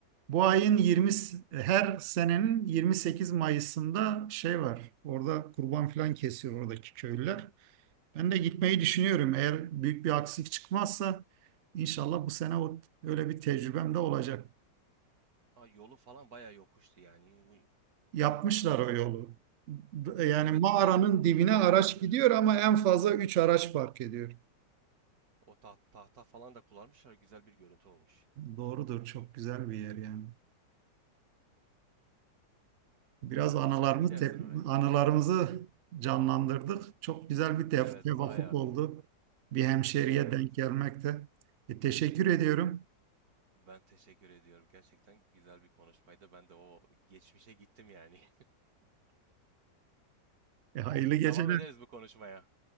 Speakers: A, on the right; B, on the right.
A: Bu ayın 20 her senenin 28 Mayıs'ında şey var. Orada kurban falan kesiyor oradaki köylüler. Ben de gitmeyi düşünüyorum. Eğer büyük bir aksilik çıkmazsa inşallah bu sene o, öyle bir tecrübem de olacak.
B: Aa, yolu falan bayağı yokuştu yani.
A: Yapmışlar o
B: O
A: yolu. Yani
B: evet
A: mağaranın
B: güzel
A: dibine
B: güzel
A: araç
B: yapmışlar.
A: gidiyor ama en fazla 3 araç park ediyor.
B: O ta- tahta falan da kullanmışlar. Güzel bir görüntü olmuş.
A: Doğrudur. Çok güzel bir yer yani. Biraz
B: Umarım
A: anılarımız
B: bu sene gidersin
A: tep-
B: oraya.
A: anılarımızı canlandırdık. Çok güzel bir tef-
B: Evet,
A: tevafuk
B: Vaya.
A: oldu. Bir hemşeriye
B: Evet.
A: denk gelmekte. E, teşekkür ediyorum.
B: Ben teşekkür ediyorum. Gerçekten güzel bir konuşmaydı. Ben de o geçmişe gittim yani. <laughs> Tamam.
A: E, hayırlı geceler.
B: Devam ederiz bu konuşmaya.